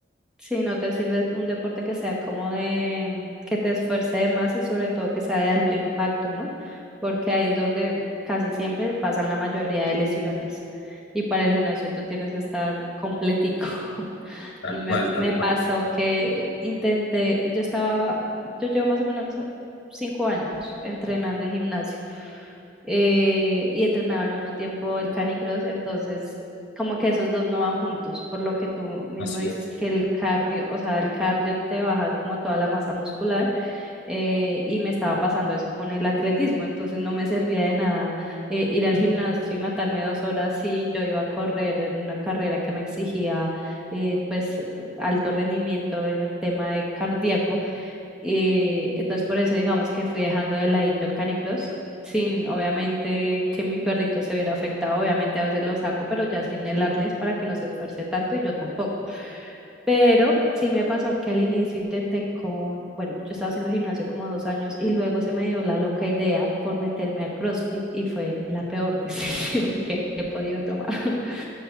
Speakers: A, in the centre; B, on the left.
A: si no te sirve un deporte que sea como de, que te esfuerce de más y sobre todo que sea de alto impacto, ¿no? Porque ahí es donde casi siempre pasan la mayoría de lesiones. Y para el gimnasio tú tienes que estar completico. <laughs>
B: Tal
A: Me,
B: cual,
A: me
B: tal cual.
A: pasó que intenté, yo estaba, yo llevo más o menos cinco años entrenando en gimnasio eh, y entrenaba al mismo tiempo el canicross, entonces como que esos dos no van juntos, por lo que tú mismo
B: Así
A: dices
B: es.
A: que el cardio, o sea, el cardio te baja como toda la masa muscular eh, y me estaba pasando eso con el atletismo, entonces no me servía de nada eh, ir al gimnasio y matarme dos horas si yo iba a correr en una carrera que me exigía eh, pues alto rendimiento en el tema de cardíaco, eh, entonces por eso digamos que fui dejando de ladito el canicross. Sin, obviamente, que mi perrito se viera afectado, obviamente a veces lo saco, pero ya sin el arnés para que no se esfuerce tanto y yo tampoco. Pero sí me pasó que al inicio intenté con, bueno, yo estaba haciendo gimnasio como dos años y luego se me dio la loca idea por meterme a CrossFit y fue la peor <laughs> decisión que he podido tomar. <laughs>